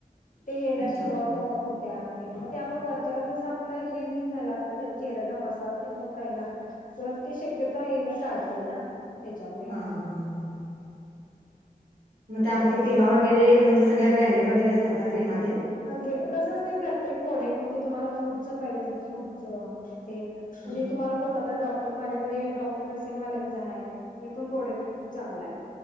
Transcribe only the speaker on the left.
ते येण्यास
सुरुवात होत्या ते आपण वरच्यावर जसं, आपलं हे वित आपल्या चेहऱ्याचा मसाज तेन होत राहिला तर ते शक्यता येन टाळतंय ना, त्याच्यामुळे.
असं असं
हा ब्रेड कसं असते, प्रत्येक प्रोडक्ट म्हणजे तुम्हाला फ्रूटचं पाहिजे, अस फ्रूटचं. तेन,
म्हणजे तुम्हाला कोणता तर डॉक्टर माझ्याकडे डॉक रसीनवाल्यांचं हाय, ते पण प्रोडक्ट खूप चांगलाय.